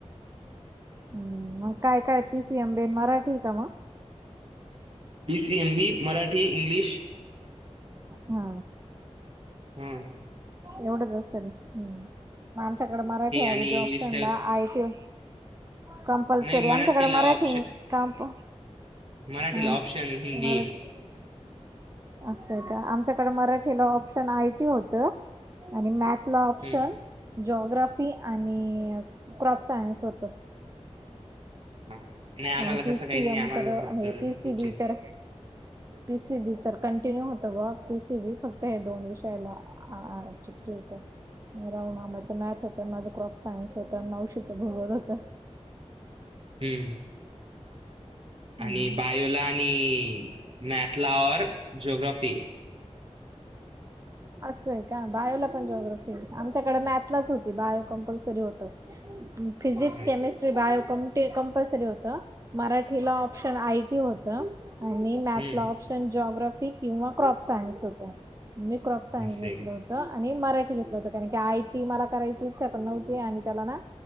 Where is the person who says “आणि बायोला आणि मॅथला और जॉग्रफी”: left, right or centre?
Right